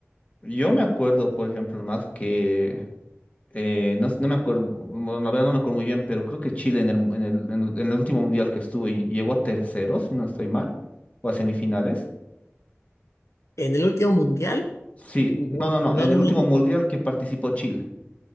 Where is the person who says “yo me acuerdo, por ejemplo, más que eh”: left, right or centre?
Left